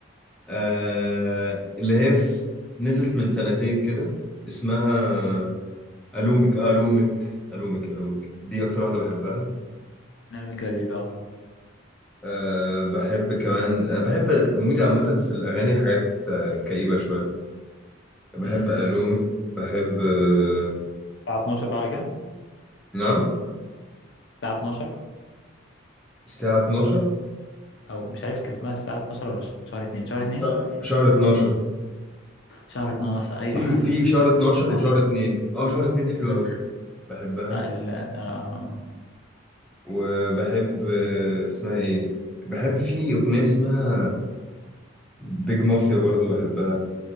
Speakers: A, in the centre; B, on the left (about 60°).
A: آه اللي هي في- نزلت من سنتين كده اسمها آه، الومك آه، الومك الومك الومك دي اكتر واحده بحبها
B: نعمل لذيذ اه
A: أه بحب كمان أه بحب مودي عامة في الأغاني حاجات أه، كئيبة شوية بحب
B: امم
A: ألومك بحب أه
B: الساعة 12 بعد كده
A: نعم
B: الساعة 12
A: الساعة 12
B: او مش عارف كان اسمها الساعة 12 ولا شهر 2 شهر 2
A: شهر شهر 12
B: شهر 12 ايوه
A: في
B: <laughs>
A: في شهر 12
B: احنا
A: وشهر 2 اه شهر 2 حلو
B: امم
A: قوي بحبها
B: لا ال... آه...
A: وبحب أه اسمها ايه بحب في أغنية اسمها بيج مافيا برضو بحبها